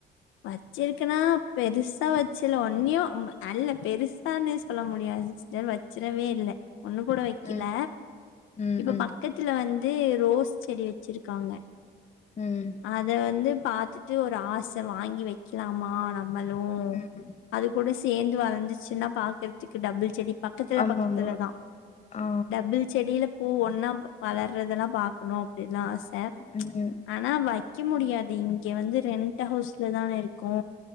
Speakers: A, on the left; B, on the left.
A: வச்சிருக்கனா பெருசா வச்சில ஒன்னியு அல்ல பெருசான்னு சொல்ல முடியாது சிஸ்டர் வச்சிடவே இல்ல ஒண்ணு கூட வெக்கில
B: ம் ம்
A: இப்ப
B: ம்
A: பக்கத்துல வந் து ரோஸ் செடி வெச்சிருக்காங்க
B: ம்
A: அத வந்து பாத்துட்டு ஒரு ஆச வாங்கி வெக்கலாமா நம் மளு
B: ம்
A: அது கூட சேந்து வளர்ந்துச்சுன்னா பாக்கறதுக்கு டபுள் செடி பக்கத்துல
B: ஆமா
A: பக்கத்துலதா
B: ஆமா ஆ
A: டபுள் செடில பூ ஒன்னா வளர்றதெல்லா பாக்கணு அப்படிலா ஆச ச
B: ம்
A: ஆனா வைக்க முடியாது இங்க வந்து ரெண் ட ஹவுஸ்ல தான இருக்கோ